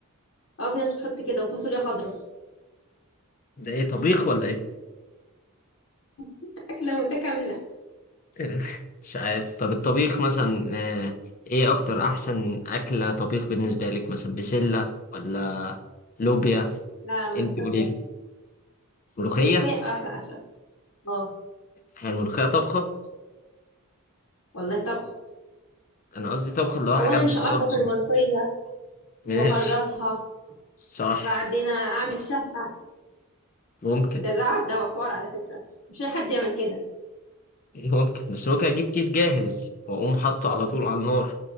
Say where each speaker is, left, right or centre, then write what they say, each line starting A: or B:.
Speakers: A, on the left; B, on the left.
A: اه في ناس بتحط كده وفاصوليا خضراء
B: ده ايه طبيخ ولا ايه
A: <laughs> أكلة متكاملة
B: <laughs> مش عارف طب الطبيخ مثلا آه، ايه اكتر احسن اكله طبيخ بالنسبه لك مثلا بسله ولا لوبيا
A: لا ملوخية
B: انت قولي لي ملوخيه
A: الملوخية أحلى أكلة اه
B: هي الملوخيه طبخه
A: والله طبخ
B: انا قصدي طبخه اللي هو
A: هو
B: حاجات
A: أنا
B: بالصلصه
A: مش هقرطف الملوخية
B: ماشي
A: وأخرطها
B: صح
A: بعدين أعمل شهقة
B: ممكن
A: ده تعب ده وحوار على فكرة مش أي حد يعمل كده
B: ممكن بس ممكن اجيب كيس جاهز واقوم حاطه على طول على النار